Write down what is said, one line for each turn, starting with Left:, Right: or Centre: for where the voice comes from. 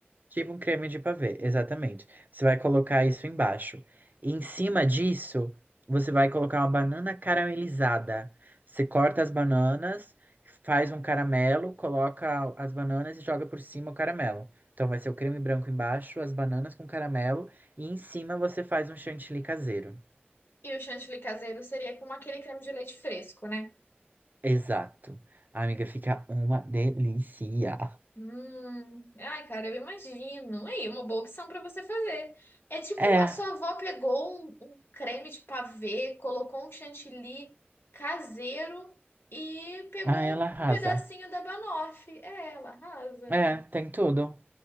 Right: Tipo um creme de pavê, exatamente. Você vai colocar isso embaixo. E em cima disso, você vai colocar uma banana caramelizada. Você corta as bananas, faz um caramelo, coloca as bananas e joga por cima o caramelo. Então vai ser o creme branco embaixo, as bananas com caramelo e em cima você faz um chantilly caseiro.
Left: E o chantilly caseiro seria como aquele creme de leite fresco, né?
Right: Exato. A amiga, fica uma delícia.
Left: Hum, ai, cara, eu imagino. Aí, uma boa opção pra você fazer. É tipo,
Right: É,
Left: a sua avó pegou um, um creme de pavê, colocou um chantilly caseiro e pegou
Right: ah, ela arrasa.
Left: um pedacinho da banoffee. É, ela arrasa.
Right: É, tem tudo.